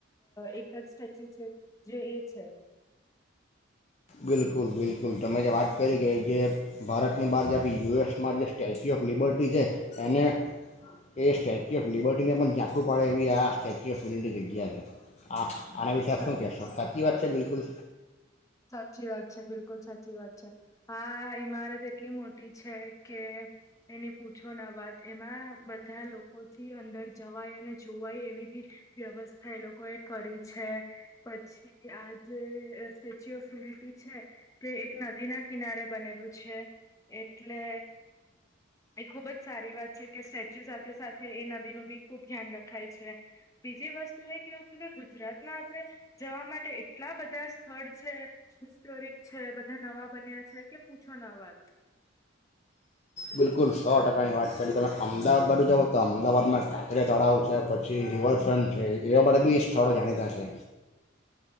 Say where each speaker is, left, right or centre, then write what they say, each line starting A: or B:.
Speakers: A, on the left; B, on the left.
A: એક જ સ્ટેચ્યુ છે જે એ છે.
B: બિલકુલ બિલકુલ તમે જે વાત કરી કે જે ભારતની બહાર જ આપી યુ એસમાં જે સ્ટેચ્યુ ઓફ લિબર્ટી છે એને એ સ્ટેચ્યુ ઓફ લિબર્ટીને પણ ઝાંખું પાડે એવી આ સ્ટેચ્યુ ઓફ લયુનિટી જગ્યા છે આ આના વિશે આપ
A: સ
B: શું કહેશો સાચી વાત છે બિલકુલ.
A: સાચી વાત છે બિલકુલ સાચી વાત છે. આ ઈમારત એટલી મોટી છે કે એની પૂછો ના વાત એમાં બધા લોકોથી અંદર જવાય અને જોવાય એવી બી વ્યવસ્થા એ લોકો એ કરી છે પછી આજ સ્ટચ્યુ ઓફ યુનિટી છે તે એક નદીના કિનારે બનેલું છે એટલે એ ખુબ જ સારી વાત છે કે સ્ટેચ્યુ સાથે સાથે એ નદીનું બી ખુબ ધ્યાન રખાય છે બીજી વસ્તુ એ કેવું છે કે ગુજરાતમાં આપણે જવા માટે એટલા બધા સ્થળ છે હિસ્તોરિક છે બધા નવા બન્યા છે કે પૂછો ન વાત.
B: બિલકુલ સો ટકાની વાત કરી તમે અમદાવાદ બાજુ જાઓ તો અમદાવાદમાં કાકરે તડાવ છે પછી રિવરફ્રન્ટ છે એવા બ બી સ્થાળો જાણીતા છે.